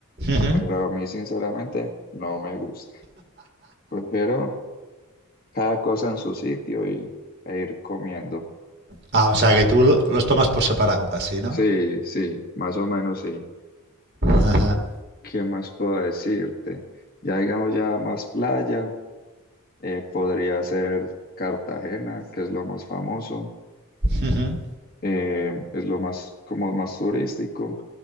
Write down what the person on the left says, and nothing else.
pero a mí sinceramente no me gusta. Prefiero cada cosa en su sitio y, e ir comiendo.
Sí, sí, más o menos sí.
¿Qué más puedo decirte? Ya digamos ya más playa, eh, podría ser Cartagena, que es lo más famoso.
eh, es lo más, como más turístico.